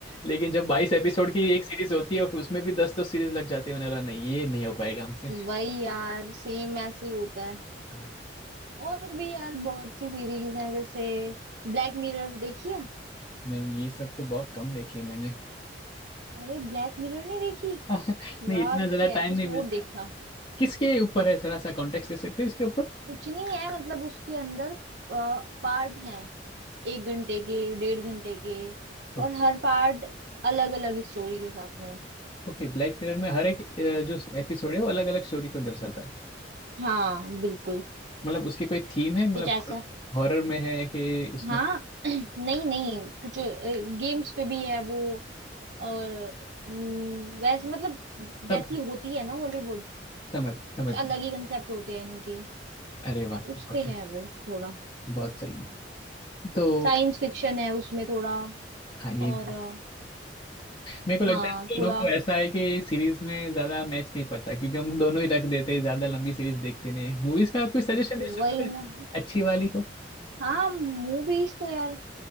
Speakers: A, on the left; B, on the right.
A: लेकिन जब बाईस एपिसोड की एक सीरीज होती है और उसमें भी दस दस सीरीज लग जाती है मैंने बोला नहीं ये नहीं हो पाएगा हमसे <laughs>
B: वही यार सेम ऐसे ही होता है
A: हाँ,
B: और भी यार बहुत सी सीरीज हैं जैसे ब्लैक मिरर देखी है
A: नहीं ये सब तो बहुत कम देखी है मैंने
B: अरे ब्लैक मिरर नहीं देखी
A: <laughs> नहीं
B: यार
A: इतना
B: उसके
A: ज्यादा टाइम
B: एपिसोड
A: नहीं मिलता
B: देखना
A: किसके ऊपर है थोड़ा सा कॉन्टेक्स्ट दे सकते हैं इसके ऊपर
B: कुछ नहीं है मतलब उसके अंदर पार्ट हैं एक घंटे के डेढ़ घंटे के
A: ओके
B: और हर पार्ट अलग अलग स्टोरी के साथ में
A: ओके ब्लैक मिरर में हर एक अ, जो एपिसोड है वो अलग अलग स्टोरी को दर्शाता है
B: हाँ बिल्कुल
A: मतलब उसकी कोई थीम है मतलब
B: कुछ ऐसा
A: हॉरर में है कि उसमें
B: हाँ <clears throat> नहीं नहीं कुछ गेम्स पे भी है वो और हम्म, वैसे मतलब जैसी
A: सब
B: होती है ना हॉलीवुड
A: समझ समझ
B: कुछ अलग ही कंसेप्ट होते हैं इनके
A: अरे वाह
B: उस
A: बहुत
B: पे है वो थोड़ा
A: बहुत सही है। तो
B: साइंस फिक्शन है उसमें थोड़ा
A: हाँ ये भी
B: और अ,
A: मेरे को लगता
B: हाँ
A: है दोनों
B: थोड़ा
A: को ऐसा है कि सीरीज में ज्यादा मैच नहीं पड़ता क्योंकि हम दोनों ही रख देते हैं ज्यादा लंबी सीरीज देखते नहीं मूवीज का आप कोई सजेशन दे सकते
B: वही
A: हैं
B: ना
A: अच्छी वाली को
B: हाँ मूवीज तो यार